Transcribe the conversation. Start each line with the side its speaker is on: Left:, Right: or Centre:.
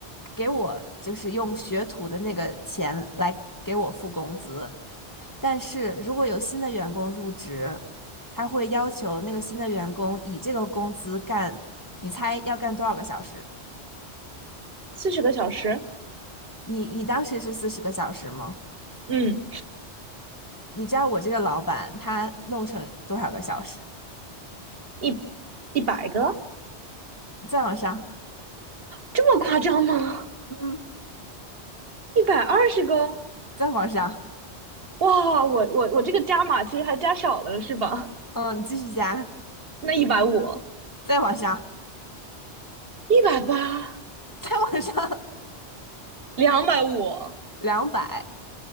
Left: 给我就是用学徒的那个钱来给我付工资，但是如果有新的员工入职，他会要求那个新的员工以这个工资干，你猜要干多少个小时？
Right: 四十个小时，
Left: 你你当时是四十个小时吗？
Right: 嗯。
Left: 你知道我这个老板他弄成多少个小时？
Right: 一一百个，
Left: 再往上，
Right: 这么夸张吗？
Left: 嗯，
Right: 一百二十个？
Left: 再往上，
Right: 哇，我我我这个加码其实还加少了是吧？
Left: 嗯，你继续加，
Right: 那一百五啊，
Left: 再往上，
Right: 一百八，
Left: <laughs> 再往上，
Right: 两百五，
Left: <laughs> 两百，